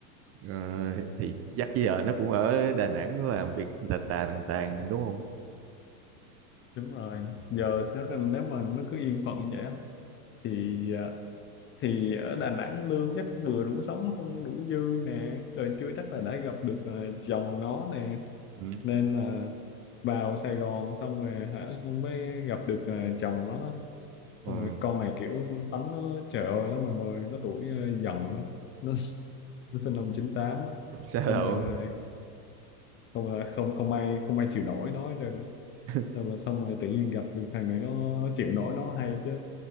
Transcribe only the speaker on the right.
Ờ, thì chắc giờ nó cũng ở Đà Nẵng nó làm việc tà tà tàn tàn đúng không?
Ừ.
Ừ.
Sao
đâu?
<laughs>